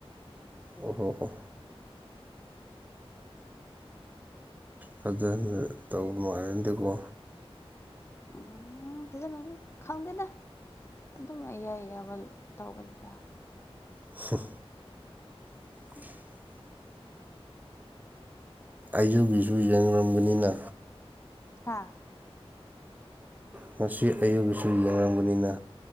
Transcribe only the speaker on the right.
ꯑꯣꯍꯣ ꯑꯣ ꯐꯖꯅ ꯇꯧꯕ ꯃꯥꯜꯂꯗꯀꯣ
ꯍꯝ <inaudible> ꯑꯩꯖꯨꯒꯤꯁꯨ ꯌꯦꯡꯉꯝꯕꯅꯤꯅ
ꯉꯁꯤ ꯑꯌꯨꯛꯒꯤꯁꯨ ꯌꯦꯡꯉꯝꯒꯅꯤꯅ